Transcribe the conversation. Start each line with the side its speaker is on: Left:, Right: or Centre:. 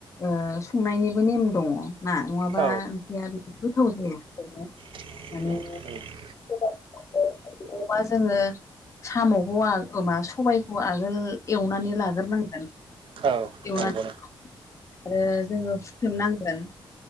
Left: ओ संनायनिबो नेम दङ' ना नङाबा
Right: औ
Left: ओंख्रिया बे गोथाव जाया <unintelligible>
Right: औ
Left: माने <unintelligible> जोङो साम'खौ आल ओ मा सबायखौ आगोल एवनानै लागोन गोरनांगोन
Right: औ
Left: एवनानै
Right: नंगौ नंगौ
Left: आरो जोङो फुख्रेम नांगोन।